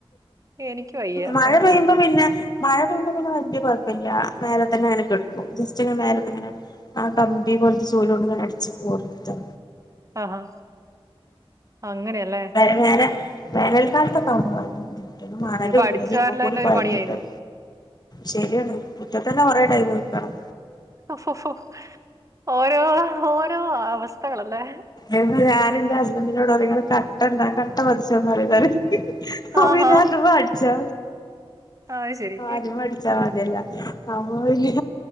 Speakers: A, on the right; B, on the left.
A: എനിക്ക് വയ്യ.
B: മഴ
A: ആഹ്.
B: പെയ്യുമ്പോ പിന്നെ മഴപെയ്യുമ്പോ പിന്നെ വല്ല്യ കൊഴപ്പല്യാ മേലെതന്നെ കട് ജസ്റ്റ് ഇങ്ങനെ മേലന്ന്ങ്ങനെ ആകമ്പി പോൽത്ത ചൂലൊണ്ട്ങ്ങനെ അടിച്ച് കോരിട്ത്താ
A: ആഹാ അങ്ങനെയല്ലേ
B: വേന വേനൽക്കാൽത്തൊക്കവ്ട്ന്നാ മണലും
A: ഇതിപ്പോ അടിച്ചു
B: തര്യായ്പോം
A: വാരല്
B: പൊടി
A: തന്നെ
B: പഴഞ്ഞിട്ടും
A: ഒരു പണിയായിന്ന്.
B: ശര്യാണ് മുറ്റതന്നെ കൊറെ ടൈം വക്കണം
A: ഫോ ഫോ ഫോ ഓരോ ഓരോ അവസ്ഥകളല്ലേ
B: ഇര്ന്നഞാനിന്റെ ഹസ്ബൻറ്റിനോട് പറയും ഇങ്ങള് കട്ടന്താ കട്ട പതിച്ചോന്ന് പറയുംന്നോട് ആപിന്നെ
A: ആഹാ
B: അജബ അടിച്ചാ
A: അത് ശരി
B: ആഹ് അതിമ്മേ അടിച്ചമത്യല്ലാ അപ്പോ പിന്നെ